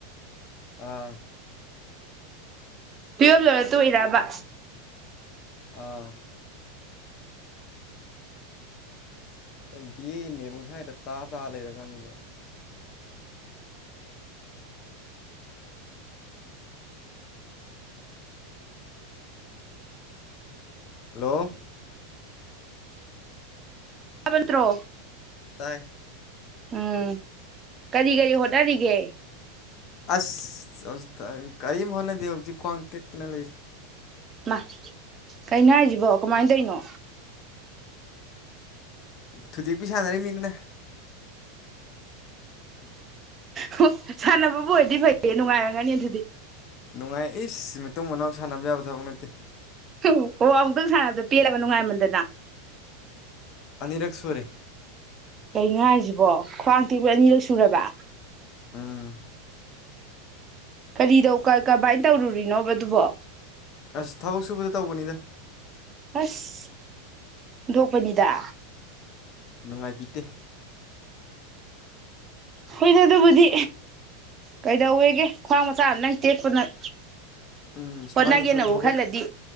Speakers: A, on the left; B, on the right.
A: ꯑꯥ
B: ꯇꯨꯌꯦꯜꯕ ꯂꯣꯏꯔ ꯇꯨꯏꯔꯑꯕ
A: ꯑꯥ ꯕꯤ ꯑꯦ ꯑꯦꯝ ꯑꯦꯕꯨꯧ ꯁ꯭ꯋꯥꯏꯗ ꯇꯥ ꯇꯥ ꯂꯩꯔꯀꯥꯟꯗꯨꯗ ꯍꯜꯂꯣ
B: ꯇꯕꯟ꯭ꯔꯣ
A: ꯇꯥꯏ
B: ꯎꯝ ꯀꯔꯤ ꯀꯔꯤ ꯍꯣꯠꯅꯔꯤꯒꯦ
A: ꯑꯁꯖꯤ ꯀꯔꯤꯝ ꯍꯣꯠꯅꯗꯦ ꯍꯧꯖꯤꯛ ꯈ꯭ꯋꯥꯡ ꯇꯦꯛꯇꯅ ꯂꯩꯔꯤ
B: ꯃꯥ ꯀꯩꯅꯣ ꯍꯥꯏꯁꯤꯕꯣ ꯀꯃꯥꯏꯅ ꯇꯧꯔꯤꯅꯣ
A: ꯊꯨꯗꯦꯛꯄꯤꯨ ꯁꯥꯟꯅꯔꯤ ꯃꯤꯗꯨꯅ
B: ꯑꯣ ꯁꯥꯟꯅꯕꯕꯨ ꯑꯣꯏꯗꯤ ꯐꯩꯌꯦ ꯅꯨꯡꯉꯥꯏꯔꯒꯅꯤ ꯑꯗꯨꯗꯤ
A: ꯅꯨꯡꯉꯥꯏꯏ ꯃꯇꯨꯡ ꯃꯅꯥꯎ ꯁꯥꯟꯅꯕ ꯌꯥꯕ ꯑꯠꯇ
B: ꯑꯣ ꯑꯣ ꯑꯃꯨꯛꯇꯪ ꯁꯥꯟꯅꯕꯗꯣ ꯄꯤꯔꯕ ꯅꯨꯡꯉꯥꯏꯃꯟꯗꯅ
A: ꯑꯅꯤꯔꯛ ꯁꯨꯔꯦ
B: ꯀ ꯉ ꯍꯥꯏꯁꯤꯕꯣ ꯈ꯭ꯋꯥꯡ ꯇꯤꯕꯨ ꯑꯅꯤꯔꯛ ꯁꯨꯔꯕ
A: ꯎꯝ
B: ꯀꯔꯤꯗꯧ ꯀꯃꯥꯏꯅ ꯇꯧꯔꯨꯔꯤꯅꯣꯕꯗꯨꯕꯣ
A: ꯑꯁ ꯊꯕꯛ ꯁꯨꯕꯗ ꯇꯧꯕꯅꯤꯗ
B: ꯑꯁ ꯊꯣꯛꯣꯛꯄꯅꯤꯗ
A: ꯅꯨꯡꯉꯥꯏꯕꯤꯗꯦ
B: ꯍꯣꯏꯗ ꯑꯗꯨꯕꯨꯗꯤ ꯀꯩꯗꯧꯋꯦꯒꯦ ꯈ꯭ꯋꯥꯡ ꯃꯆꯥ ꯑꯃ ꯅꯪ ꯇꯦꯛꯄ ꯅꯪ
A: ꯎꯝ
B: ꯍꯣꯠꯅꯒꯦꯅꯕꯨ
A: ꯃꯥꯅ ꯏꯁꯣꯟꯗ ꯍꯧꯒꯠ
B: ꯈꯜꯂꯗꯤ